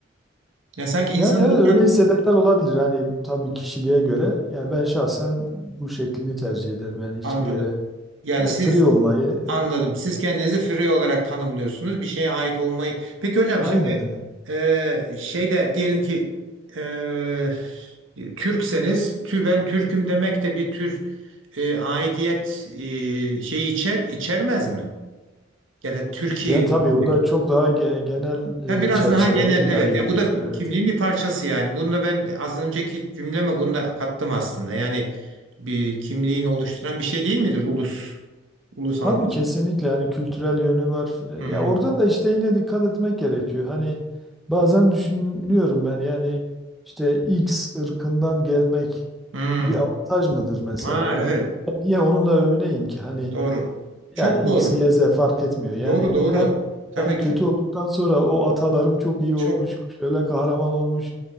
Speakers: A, on the right; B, in the centre.
A: Ya sanki insan
B: Yani evet
A: buradan
B: öyle hissedenler olabilir. Hani tabii kişiliğe göre. Yani ben şahsen bu şeklini tercih ederim. Yani hiçbir
A: anladım.
B: yere
A: Yani
B: yani
A: siz
B: free olmayı
A: anladım. Siz kendinizi free olarak tanımlıyorsunuz. Bir şeye ait olmayı. Peki hocam
B: e, aynen.
A: şimdi Ee, şeyde diyelim ki e, Türkseniz tü ben Türküm demek de bir tür e, aidiyet e, şeyi içer içermez mi? Ya da Türkiye'li
B: Yani tabii
A: demek.
B: o da çok daha ge- genel
A: Ya biraz
B: e, çerçevede
A: daha genel
B: bir
A: evet.
B: aidiyet.
A: Ya bu da
B: Evet.
A: bir- kimliğin bir parçası yani. Bunu da ben az önceki cümleme bunu da kattım aslında. Yani bir kimliğini oluşturan bir şey değil midir ulus? Ulus algısı.
B: Tabii kesinlikle yani kültürel yönü var. E,
A: Hı hı.
B: Ya orada da işte yine dikkat etmek gerekiyor. Hani bazen düşünüyorum ben yani işte X ırkından gelmek
A: Hı.
B: bir avantaj mıdır mesela?
A: Aa,
B: Yani
A: evet.
B: niye onunla övüneyim ki? Hani
A: Doğru. Çok
B: Yani
A: doğru.
B: X, Y, Z fark etmiyor. Yani
A: Doğru doğru.
B: ben
A: Tabii
B: ben kötü
A: ki.
B: olduktan sonra o atalarım çok iyi
A: Çok
B: olmuş, şöyle kahraman olmuş.